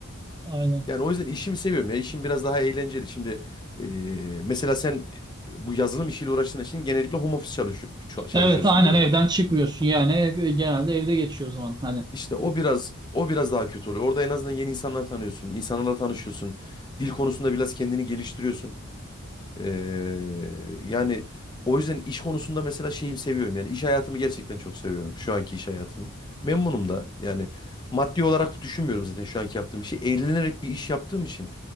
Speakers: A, on the right; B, on the left.
A: Aynen.
B: Yani o yüzden işimi seviyorum ya. İşim biraz daha eğlenceli. Şimdi e, mesela sen bu yazılım işiyle uğraştığın için genellikle home office çalış ça- çalışıyorsun
A: Evet aynen
B: değil mi?
A: evden çıkmıyorsun yani ev, genelde evde geçiyor o zaman hani.
B: İşte o biraz o biraz daha kötü oluyor. Orada en azından yeni insanlar tanıyorsun, insanlarla tanışıyorsun. Dil konusunda biraz kendini geliştiriyorsun. Ee, yani o yüzden iş konusunda mesela şeyimi seviyorum. Yani iş hayatımı gerçekten çok seviyorum. Şu anki iş hayatımı. Memnunum da. Yani maddi olarak düşünmüyorum zaten şu anki yaptığım işi. Eğlenerek bir iş yaptığım için